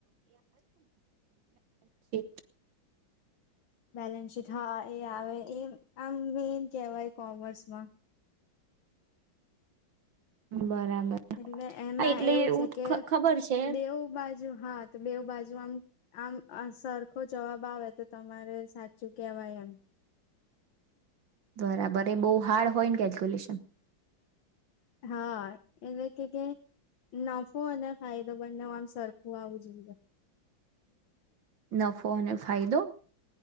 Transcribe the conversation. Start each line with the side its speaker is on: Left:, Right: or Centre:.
Right: <inaudible>
Left: બેલેન્સ શીટ હા એ આવે એ આમ <unintelligible> કહેવાય કોમર્સમાં.
Right: બરાબર
Left: એટલે એમાં
Right: હા એટલે
Left: એવું છે, કે
Right: ખ- ખબર છે
Left: બેવું બાજુ હા તો બેવ બાજુ આમ આમ અ સરખો જવાબ આવે તો તમારે સાચું કેવાય એમ.
Right: બરાબર એ બહુ હાર્ડ હોય ને કેલ્ક્યુલેશન?
Left: હા એટલે <unintelligible> નફો અને ફાયદો બંને આમ સરખું આવવું જોઈએ.
Right: નફો અને ફાયદો